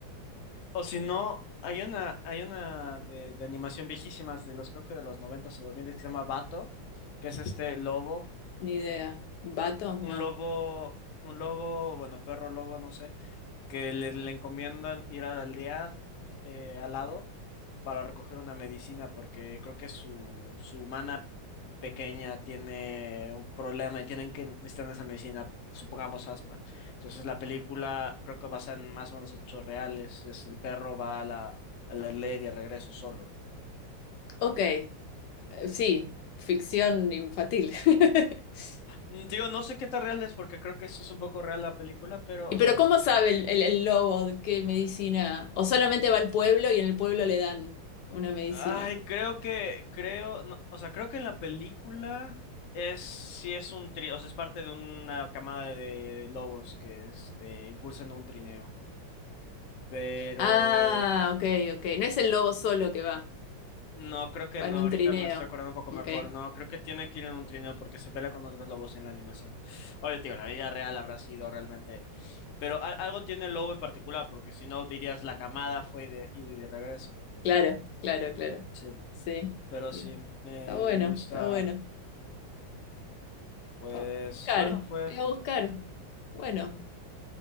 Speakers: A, on the left; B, on the left.
A: O si no, hay una, hay una de, de animación viejísimas de los, creo que de los 90 o 2000 que se llama Bato, que es este lobo,
B: ni idea. ¿Vato?
A: un
B: No.
A: lobo, un lobo, bueno, perro lobo, no sé, que le, le encomiendan ir a la aldea de al lado para recoger una medicina, porque creo que su, su humana pequeña tiene un problema y tienen que necesitar esa medicina, supongamos asma. Entonces la película creo que basa en más o menos hechos reales, es el perro va a la, a la aldea y de regreso solo.
B: Ok, eh, sí, ficción infantil. <laughs>
A: Mm, Digo, no sé qué tan real es porque creo que sí es un poco real la película, pero,
B: Y
A: o
B: Pero
A: sea,
B: ¿cómo
A: es-
B: sabe el, el, el lobo de qué medicina? ¿O solamente va al pueblo y en el pueblo le dan una medicina?
A: Ay, creo que, creo, no, o sea, creo que en la película es, sí es un trineo, o sea, es parte de una camada de lobos que, este, impulsan un trineo, pero
B: Ah, ok, ok. No es el lobo solo que va,
A: no, creo que
B: va
A: no,
B: en un
A: ahorita
B: trineo.
A: me estoy acordando un poco mejor,
B: Ok,
A: no, creo que tiene que ir en un trineo porque se pelea con otros lobos en la animación. Oye, tío, la vida real habrá sido realmente, pero a- algo tiene el lobo en particular, porque si no dirías la camada fue y de, y de regreso.
B: claro, claro, claro.
A: Sí.
B: Sí,
A: Pero
B: sí.
A: sí, me,
B: Está bueno,
A: me gusta,
B: está bueno.
A: pues,
B: Voy a buscar,
A: bueno, fue.
B: voy a buscar. Bueno,